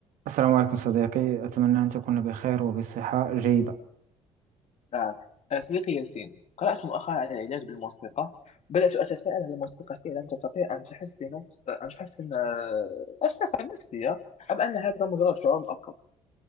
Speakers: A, on the right; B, on the left.
A: السلام عليكم صديقي أتمنى أن تكون بخير وبصحة جيدة
B: نعم أنا صديقي ياسين قرأت مؤخرا عن العلاج بالموسيقى بدأت أتساءل هل الموسيقى فعلا تستطيع أن تحسن أن تحسن آه، الصحة النفسية أم أن هذا مجرد شعور مؤقت؟